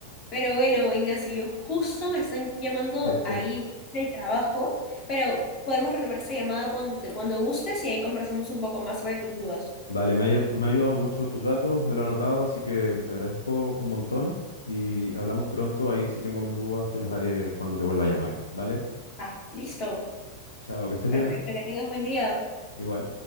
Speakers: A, on the left; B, on the left.
A: Pero bueno, Ignacio, justo me están llamando
B: sí, sí.
A: ahí del trabajo, pero podemos retomar esta llamada cuando te, cuando gustes y ahí conversamos un poco más sobre tus dudas.
B: Vale, me ha, me ha ayudado mucho tus datos, me lo he anotado, así que te agradezco un montón y hablamos pronto. Ahí si tengo más dudas te las haré cuando te vuelva a llamar, ¿vale?
A: Ah, listo.
B: Chao, que estés
A: Perfecto,
B: bien.
A: que tengas buen día.
B: Igual.